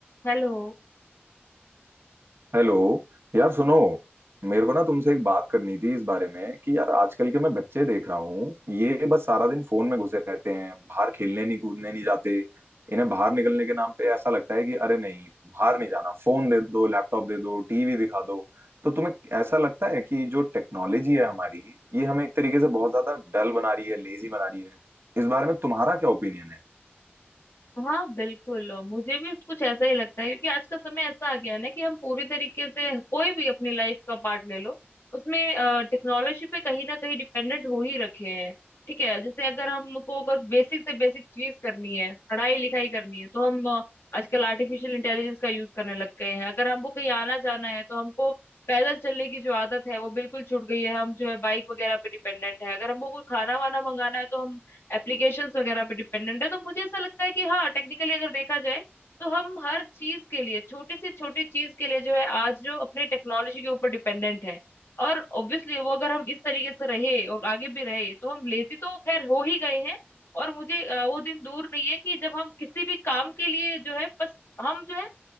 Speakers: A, on the left (about 75°); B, on the right (about 70°).
A: हेलो
B: Hello यार सुनो मेरे को ना तुमसे एक बात करनी थी इस बारे में कि यार आजकल के मैं बच्चे देख रहा हूँ ये बस सारा दिन फोन में घुसे रहते हैं बाहर खेलने नहीं कूदने नहीं जाते इन्हें बाहर निकलने के नाम पे ऐसा लगता है कि अरे नहीं बाहर नहीं जाना फोन दे दो लैपटॉप दे दो टीवी दिखा दो तो तुम्हें ऐसा लगता है कि जो टेक्नोलॉजी है हमारी ये हमें एक तरीके से बहुत ज्यादा डल बना रही है लेजी बना रही है इस बारे में तुम्हारा क्या ओपिनियन है
A: हाँ बिल्कुल और मुझे भी कुछ ऐसा ही लगता है क्योंकि आज का समय ऐसा आ गया है ना कि हम पूरी तरीके से कोई भी अपनी लाइफ का पार्ट ले लो उसमें टेक्नोलॉजी पे कहीं ना कहीं डिपेंडेंट हो ही रखे हैं ठीक है जैसे अगर हमको अगर बेसिक से बेसिक चीज करनी है पढ़ाई लिखाई करनी है तो हम अ, आजकल आर्टिफिशियल इंटेलिजेंस का यूज करने लग गए हैं अगर हमको कहीं आना जाना है तो हमको पैदल चलने की जो आदत है वो बिल्कुल छूट गई है हम जो है बाइक वगैरह पे डिपेंडेंट है अगर हमको कोई खाना वाना मंगाना है तो हम एप्लीकेशंस वगैरह पे डिपेंडेंट है तो मुझे ऐसा लगता है कि हाँ टेक्निकली अगर देखा जाए तो हम हर चीज के लिए छोटी से छोटी चीज के लिए जो है आज जो अपने टेक्नोलॉजी के ऊपर डिपेंडेंट है और ऑब्वियसली वो अगर हम इस तरीके से रहे और आगे भी रहे तो हम लेजी तो खैर हो ही गए हैं और मुझे अ, वो दिन दूर नहीं है कि जब हम किसी भी काम के लिए जो है बस हम जो है